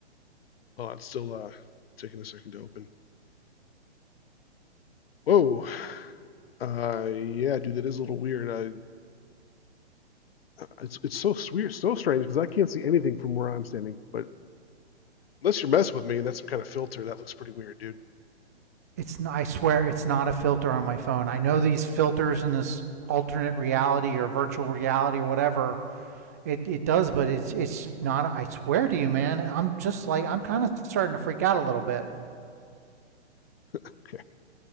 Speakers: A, on the left (about 60°); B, on the right (about 15°).
A: Oh, it's still uh taking a second to open. Whoa. Uh, yeah, dude, that is a little weird. I, uh, it's it's so weird, so strange because I can't see anything from where I'm standing. But unless you're messing with me, and that's some kind of filter. That looks pretty weird, dude.
B: It's not, I swear it's not a filter on my phone. I know these filters in this alternate reality or virtual reality or whatever it, it does, but it's it's just not. I swear to you, man. I'm just like I'm kind of starting to freak out a little bit.
A: Okay.